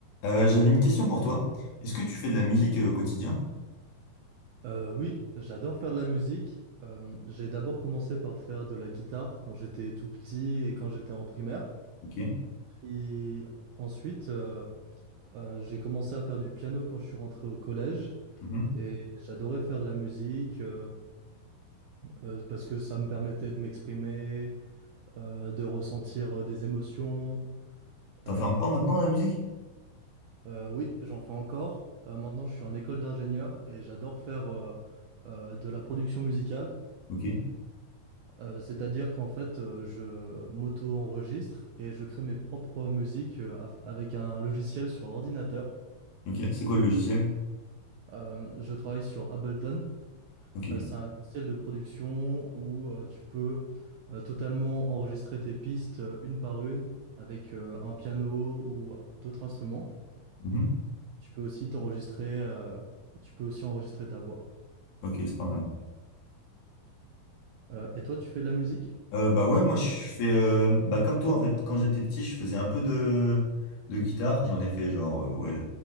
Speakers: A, on the left; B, on the right.
A: Euh, j'avais une question pour toi. Est-ce que tu fais de la musique euh, au quotidien?
B: Euh, oui, j'adore faire de la musique. Euh, j'ai d'abord commencé par faire de la guitare quand j'étais tout petit et quand j'étais en primaire.
A: Ok.
B: Et ensuite, euh, euh, j'ai commencé à faire du piano quand je suis rentré au collège.
A: Mhm.
B: Et j'adorais faire de la musique euh, euh, parce que ça me permettait de m'exprimer, euh, de ressentir euh, des émotions.
A: T'en
B: Euh,
A: fais encore maintenant la musique?
B: euh, oui, j'en fais encore. Euh, maintenant, je suis en école d'ingénieur et j'adore faire euh, euh, de la production musicale.
A: Ok.
B: Euh, c'est-à-dire qu'en fait, euh, je m'auto-enregistre et je crée mes propres musiques euh, af- avec un logiciel sur ordinateur.
A: Ok. C'est quoi le logiciel?
B: Euh, je travaille sur Ableton.
A: Ok.
B: Euh, c'est un logiciel de production où euh, tu peux euh, totalement enregistrer tes pistes euh, une par une avec euh, un piano ou d'autres instruments.
A: Mhm.
B: Tu peux aussi t'enregistrer, euh, tu peux aussi enregistrer ta voix.
A: Ok, c'est pas mal.
B: Euh, et toi, tu fais de la musique?
A: Euh, bah ouais, moi je fais euh, bah comme toi en fait, quand j'étais petit, je faisais un peu de, de guitare. J'en ai fait genre euh, ouais